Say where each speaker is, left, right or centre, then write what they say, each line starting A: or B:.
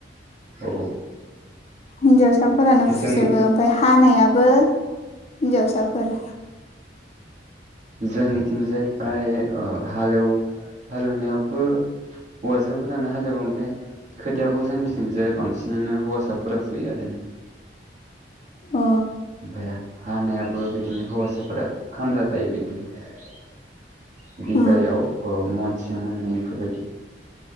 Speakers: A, on the right; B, on the left.
A: अ
B: हिनजावसाफोरानो फुजोबो
A: जोंनि
B: ओमफ्राय हानायाबो हिन्जावसाफोर।
A: जोंनिथिंजाय फ्राय ओ हालेव हालेवनायावबो हौवासाफोरानो हालेवाव ओमफ्राय खोथायाखौ जोंथिनोजै बांसिनानो हौवासाफोरा फैयो आरो ना
B: अ
A: ओमफफ्राय हानायाबो बिदिनो हौवासाफोरा खामला गायो बिदिनो बिगायाव
B: अ
A: ओ मनसे मनैफोरबायदि